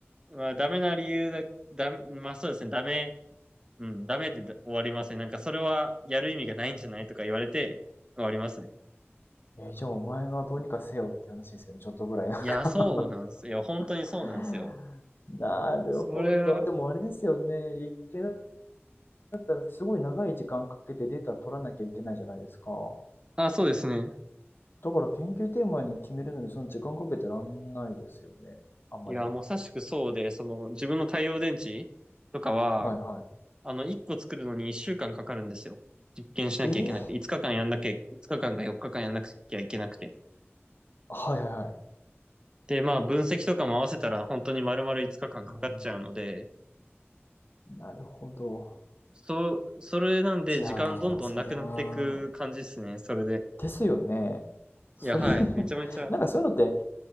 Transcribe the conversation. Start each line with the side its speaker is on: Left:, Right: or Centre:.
Right: まあダメな理由だ、だ、まあそうですね、ダメ、うん、ダメで終わりますね。なんかそれはやる意味がないんじゃないとか言われて終わりますね。
Left: えーじゃあお前がどうにかせよって話ですよね。ちょっとぐらいなんか
Right: いや、そうなんですよ。本当にそうなんですよ。
Left: <laughs> なるほど。
Right: それは、
Left: でもあれですよね。いけなかったらすごい長い時間かけてデータ取らなきゃいけないじゃないですか。
Right: あ、そうですね。
Left: だから研究テーマに決めるのにそんな時間かけてらんないですよね。あんまり。
Right: いや、まさしくそうで、その、自分の太陽電池とかは、
Left: はいはい。
Right: あの、1個作るのに1週間かんかかるんですよ。実験しなきゃいけなくて、
Left: ええ
Right: 5日間やんなきゃ、5日間か4日間やんなきゃいけなくて。
Left: はいはいはい。
Right: で、まあ、分析とかも合わせたら、本当に丸々5日間かんかかっちゃうので、
Left: うん。なるほど。
Right: そう、それなんで、
Left: じゃあ、
Right: 時間どんどんなくなっていく感じですね。
Left: それは、
Right: それで。
Left: ですよね。それ
Right: いや、はい。
Left: <laughs>
Right: めちゃめちゃ、い
Left: なんかそういうのって、